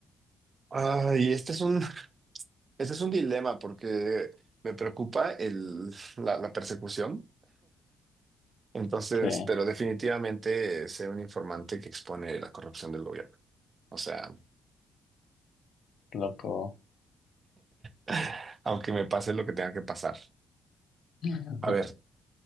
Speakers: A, on the right; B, on the left.
A: Ay, este es un, este es un dilema porque me preocupa el, la la persecución. Entonces,
B: Sí,
A: pero definitivamente sé un informante que expone la corrupción del gobierno. O sea,
B: loco.
A: <laughs> aunque me pase lo que tenga que pasar.
B: <laughs>
A: A ver,